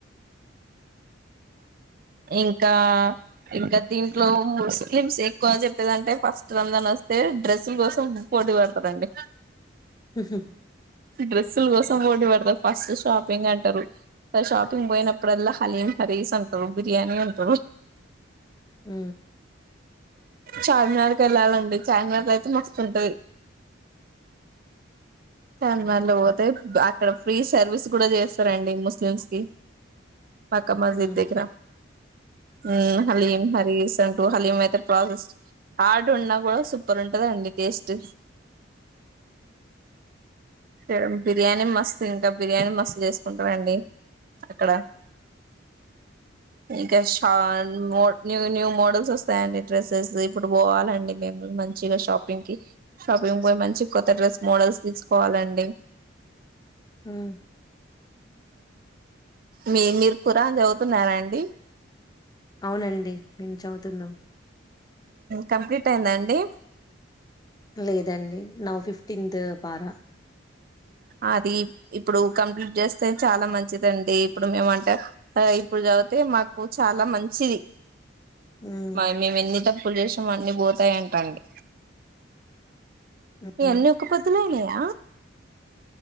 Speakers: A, on the right (about 45°); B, on the left (about 20°).
A: ఇంకా ఇంకా దీ ఇట్లో ముస్లిమ్స్ ఎక్కువ చెప్పేదింటే ఫస్ట్ రంజాన్ వస్తే డ్రెస్సుల కోసం పోటీ పడతారండి
B: హుమ్మ్
A: డ్రెస్సుల కోసం పోటీ పడతారు ఫస్ట్ షాపింగ్ అంటారు ఆ షాపింగ్ పోయినప్పు, అప్పుడల్లా హలీం హారిస్ బిర్యానీ ఉంటారు
B: ఊ
A: చార్మినార్ కి వెళ్ళాలండి. చార్మినార్ లో అయితే మస్తుంటది చార్మినార్ లో పోతే అక్కడ ఫ్రీ సర్వీస్ కూడా చేస్తారండి ముస్లిమ్స్ కి, మక్కా మసీద్
B: హ్మ్
A: దగ్గర, హ్మ్ హలీం హలి రీసెంట్ హలీం అయితే ప్రాసెస్ ఆడ్ ఉన్నా కూడా సూపర్ ఉంటదండి టేస్టు ఇంకా బిర్యానీ మస్తు తింటాం బిర్యాని మస్త్ చేసుకుంటామండి ఇక్కడ ఇంకా శాన్ మో న్యూ న్యూ మోడల్స్ వస్తాయండి డ్రెస్సెస్ ఇప్పుడు పోవాలండి మేము మంచిగా షాపింగ్ కి షాపింగ్ కి పోయి మంచి కొత్త డ్రెస్ మోడల్స్ తీసుకోవాలండి
B: హ్మ్
A: మీ మీరు కురాన్ చదువుతున్నారాండి
B: అవునండి మేము చదువుతున్నాం
A: కంప్లీట్ అయిందండి
B: లేదు దాన్ని నా ఫిఫ్టీన్త్ పార
A: అది ఇప్పుడు కంప్లీట్ చేస్తే చాలా మంచిదండి. ఇప్పుడు మేము అంటే ఇప్పుడు చదివితే మాకు చాలా మంచిది.
B: హ్మ్
A: మాయి మేమెన్ని తప్ తప్పులు చేసినమో అన్ని పోతాయంటండి.
B: హ్మ్
A: మీ అన్నీ ఒక్క పొద్దుల అయినాయా